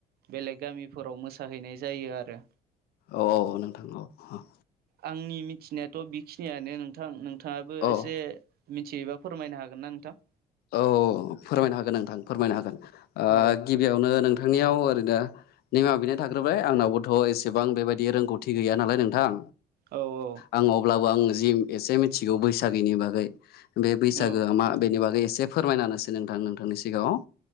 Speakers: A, on the right; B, on the left.
A: बेलेग गामिफोराव मोसाहैनाय जायो आरो
B: औ औ औ नोंथांनाव अ
A: आंनि मिथिनायाथ बिखिनियानो नोंथां नोंथाङाबो
B: औ
A: एसे मिथियोबा फोरमायनो हागोन ना नोंथां
B: औ फोरमायनो हागोन नोंथां फोरमायनो हागोन ओ
A: औ
B: गिबियावनो नोंथांनियाव ओरैनो निमा बिनाय थाग्रोब बाय आंनावबोथ एसेबां बेबायदि रोंगौथि गै नालाय नोंथां
A: औ औ
B: आं अब्लाबो आं जि एसे मिथिगौ बैसागैनि बागै बे बैसागोआ
A: औ
B: मा बेनि बागै जे फोरमायनानैसै नोंथां नोंथांनि सिगाङाव